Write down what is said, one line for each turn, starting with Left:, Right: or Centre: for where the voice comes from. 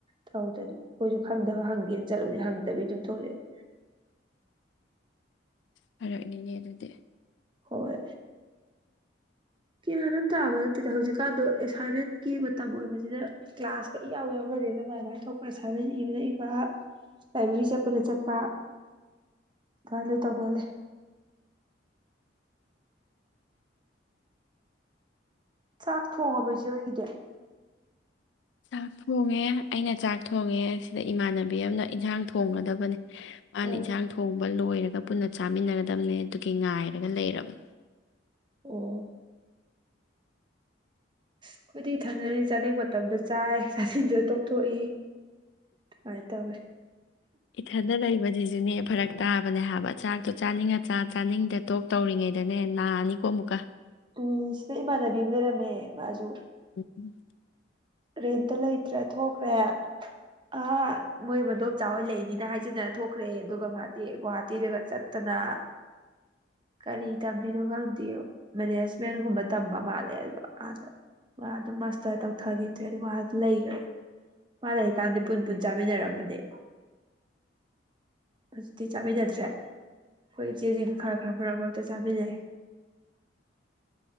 Right: ꯇꯧꯗꯅ ꯑꯩꯈꯣꯏꯁꯨ ꯈꯪꯗꯕ ꯍꯪꯒꯦꯅ ꯆꯠꯂꯨꯅꯤ ꯍꯪꯗꯕꯤ ꯑꯗꯨꯝ ꯊꯣꯛꯂꯛꯑꯦ
Left: ꯐꯔꯛꯅꯤꯅꯦ ꯑꯗꯨꯗꯤ
Right: ꯍꯣꯏ ꯒ꯭ꯌꯟꯃ ꯇꯥꯕ ꯅꯠꯇꯦꯗ ꯍꯧꯖꯤꯛꯀꯥꯟꯗꯣ ꯑꯦꯁꯥꯏꯟꯃꯦꯟꯒꯤ ꯃꯇꯝ ꯑꯣꯏꯕꯁꯤꯅ ꯀ꯭ꯂꯥꯁꯀ ꯏꯌꯥꯎ ꯌꯥꯎꯅꯗꯦꯗ ꯃꯥꯏꯃꯥꯏꯅ ꯊꯣꯛꯄ ꯑꯦꯁꯥꯏꯟꯃꯦꯟ ꯏꯕꯅ ꯏꯕ ꯂꯥꯏꯕ꯭ꯔꯤ ꯆꯠꯄꯅ ꯆꯠꯄ ꯗꯨꯃꯥꯢꯅ ꯂꯣꯢ ꯇꯧꯅ ꯂꯩ ꯆꯥꯛ ꯊꯣꯡꯉꯕꯣ ꯏꯆꯦꯍꯣꯢꯒꯤꯗꯤ
Left: ꯆꯥꯛ ꯊꯣꯡꯉꯦ ꯑꯩꯅ ꯆꯥꯛ ꯊꯣꯡꯉꯦ ꯁꯤꯗ ꯏꯃꯥꯟꯅꯕꯤ ꯑꯃꯅ ꯏꯟꯁꯥꯡ ꯊꯣꯡꯒꯗꯕꯅꯤ ꯃꯥꯅ
Right: ꯑꯣ
Left: ꯏꯟꯖꯥꯟ ꯊꯣꯡꯕ ꯂꯣꯏꯔꯒ ꯄꯨꯟꯅ ꯆꯥꯃꯤꯟꯅꯒꯗꯕꯅꯦ ꯑꯗꯨꯒꯤ ꯉꯥꯏꯔꯒ ꯂꯩꯔꯕꯅꯤ
Right: ꯑꯣ ꯑꯩꯈꯣꯏꯗꯤ ꯊꯛꯅꯅꯤ ꯆꯥꯅꯤꯡꯕ ꯃꯇꯝꯗ ꯆꯥꯏ ꯆꯥꯅꯤꯡꯖ꯭ꯔ ꯇꯣꯛꯊꯣꯛꯏ ꯑꯗꯨꯃꯥꯏꯅ ꯇꯧꯋꯤ
Left: ꯏꯊꯟꯗ ꯂꯩꯕꯖꯤꯖꯨꯅꯦ ꯐꯔꯛ ꯇꯥꯕꯅꯦ ꯍꯥꯏꯕ ꯆꯥꯛꯇꯣ ꯆꯥꯅꯤꯡꯉ ꯆꯥ ꯆꯥꯅꯤꯡꯗ ꯇꯣꯛ ꯇꯧꯔꯤꯉꯩꯗꯅꯦ ꯅꯥꯅꯤꯀꯣ ꯑꯃꯨꯛꯀ
Right: ꯎꯡ ꯁꯤꯗ ꯏꯃꯅꯕꯤꯃ ꯂꯩꯔꯝꯃꯦ ꯃꯥꯖꯨ
Left: ꯎꯝ
Right: ꯔꯦꯟꯇ ꯂꯩꯇ꯭ꯔꯦ ꯊꯣꯛꯈ꯭ꯔꯦ ꯑ ꯃꯣꯏ ꯃꯗꯣꯝꯆꯥꯥ ꯍꯣꯏ ꯂꯩꯅꯤ ꯍꯥꯏꯖꯤꯟꯅ ꯊꯣꯛꯈ꯭ꯔꯦ ꯑꯗꯨꯒ ꯃꯥꯗꯤ ꯒꯨꯍꯥꯇꯤꯗꯒ ꯆꯠꯇꯅ ꯀꯔꯤ ꯇꯝꯃꯤꯅꯣ ꯈꯪꯗꯦ ꯃꯦꯅꯦꯖꯃꯦꯟꯒꯨꯝꯕ ꯇꯝꯕ ꯃꯥꯜꯂꯦ ꯑꯗꯣ ꯑꯥꯗ ꯃꯥ ꯑꯗꯨꯝ ꯃꯥꯁꯇꯔ ꯇꯧꯊꯈꯤꯗ꯭ꯔꯦ ꯑꯗꯨ ꯃꯥ ꯂꯩꯈ꯭ꯔꯦ ꯃꯥ ꯂꯩꯔꯤꯀꯥꯟꯗ ꯄꯨꯟ ꯄꯨꯟ ꯆꯥꯃꯤꯟꯅꯔꯝꯕꯅꯦ ꯍꯧꯖꯤꯛꯇꯤ ꯆꯥꯃꯤꯟꯅꯗ꯭ꯔꯦ ꯑꯩꯈꯣꯏ ꯏꯆꯦꯁꯤꯡ ꯈꯔ ꯈꯔ ꯃꯔꯛ ꯃꯔꯛꯇ ꯆꯥꯃꯤꯟꯅꯩ